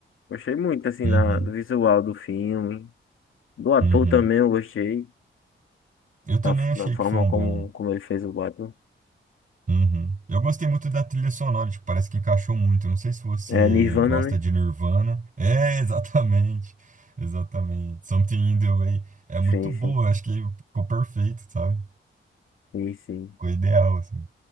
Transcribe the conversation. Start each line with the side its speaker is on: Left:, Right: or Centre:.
Left: Gostei muito, assim,
Right: Uhum,
Left: da, do visual do filme. Do ator
Right: uhum.
Left: também eu gostei.
Right: Eu também
Left: Da, f-
Right: achei
Left: da forma
Right: que foi um
Left: como,
Right: bom.
Left: como ele fez o Batman.
Right: Uhum. Eu gostei muito da trilha sonora, tipo, parece que encaixou muito. Eu não sei se você
Left: É, Nirvana,
Right: gosta
Left: né?
Right: de Nirvana. <laughs> É, exatamente. Exatamente. Something in the Way. É
Left: Sim,
Right: muito boa,
Left: sim.
Right: eu acho que ficou perfeito, sabe?
Left: Sim, sim.
Right: Ficou ideal, assim.